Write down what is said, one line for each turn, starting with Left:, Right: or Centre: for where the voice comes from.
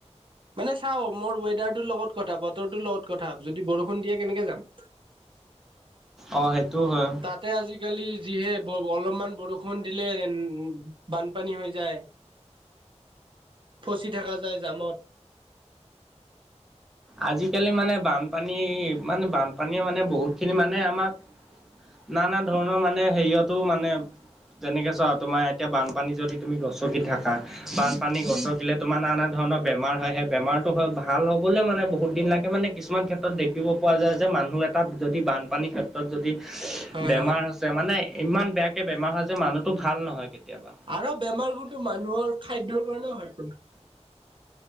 Right: মানে চাওঁ মোৰ ৱেডাৰটোৰ লগত কথা বতৰটোৰ লগত কথা, যদি বৰষুণ দিয়ে কেনেকে যাম!
Centre: অ', সেইটোও হয়।
Right: তাতে আজিকালি যিহে অ-অলপমান বৰষুণ দিলেন বানপানী হৈ যায়, ফচি থকা যায় জামত।
Centre: আজিকালি মানে বানপানী মানে, বানপানীয়ে মানে বহুতখিনি মানে আমাক নানা ধৰণৰ মানে হেৰিয়তো মানে যেনেকে চোৱা তোমাৰ এতিয়া বানপানী যদি তুমি গছকি থাকা বানপানী গছকিলে তোমাৰ নানা ধৰণৰ বেমাৰ হয়, সেই বেমাৰতটো হয়, ভাল হ'বলে মানে বহুতদিন লাগে মানে কিছুমান ক্ষেত্ৰত দেখিব পোৱা যায় যে মানুহ এটা যদি বানপানীৰ ক্ষেত্ৰত যদি
Right: হয়
Centre: বেমাৰ হৈছে, মানে ইমান বেয়াকে বেমাৰ
Right: হয়,
Centre: যে মানুহটো ভাল নহয় কেতিয়াবা
Right: আৰু বেমাৰবোৰতো মানুহৰ খাদ্যৰ কাৰণেও হয়।